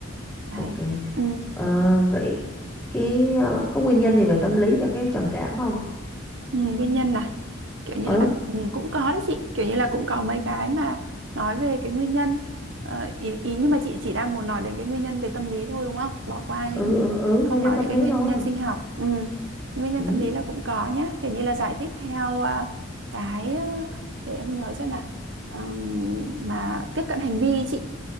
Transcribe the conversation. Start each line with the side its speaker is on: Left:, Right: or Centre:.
Right: Đấy.
Centre: ok.
Right: Ừ.
Centre: Ờ, vậy cái ờ, có nguyên nhân gì về tâm lý cho cái trầm cảm không?
Right: Ừ, nguyên nhân là kiểu như
Centre: Ừ,
Right: là ừ, cũng có đấy chị kiểu như là cũng có mấy cái mà nói về cái nguyên nhân Ờ, ý, ý nhưng mà chị chỉ đang muốn nói đến cái nguyên nhân về tâm lý thôi đúng không bỏ qua những
Centre: ừ, ừ, ừ nguyên
Right: không
Centre: nhân
Right: nói
Centre: tâm
Right: những cái
Centre: lý
Right: nguyên
Centre: thôi.
Right: nhân sinh học ừ. nguyên nhân
Centre: Ừ.
Right: tâm lý là cũng có nhá kiểu như là giải thích theo à, cái ờ, để em nhớ xem nào Ờm, mà tiếp cận hành vi ý chị